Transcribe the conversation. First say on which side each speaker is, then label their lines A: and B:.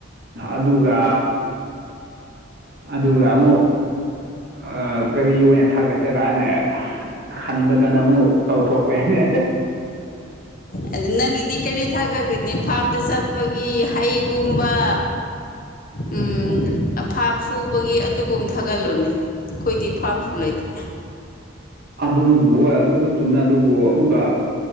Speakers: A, on the right; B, on the left.
A: ꯑꯗꯨꯒ ꯑꯗꯨꯒ ꯑꯃꯨꯛ ꯑꯥ ꯀꯔꯤ ꯑꯣꯏꯅ ꯊꯥꯒꯠꯁꯤꯔꯅꯦ ꯍꯟꯕ ꯀꯥꯟꯗ ꯑꯃꯨꯛ ꯀꯧꯊꯣꯛꯈ꯭ꯔꯦꯅꯦ
B: ꯑꯗꯨ ꯅꯪꯒꯤꯗꯤ ꯀꯔꯤ ꯊꯥꯒꯠꯀꯅꯤ ꯐꯥꯝꯗ ꯆꯠ ꯄꯒꯤ ꯍꯩꯒꯨꯝꯕ ꯎꯝ ꯐ꯭ꯥꯔꯝ ꯁꯨꯕꯒꯤ ꯑꯗꯨꯒꯨꯝ ꯊꯥꯒꯠꯂꯨꯅꯦ ꯑꯩꯈꯣꯏꯗꯤ ꯐꯥꯝꯁꯨ ꯂꯩꯇꯦ
A: ꯑꯗꯨꯕꯨ ꯍꯣꯏ ꯑꯗꯨꯁꯨ ꯆꯨꯝꯃꯦ ꯑꯗꯨꯕꯨ ꯑꯃꯨꯛꯀ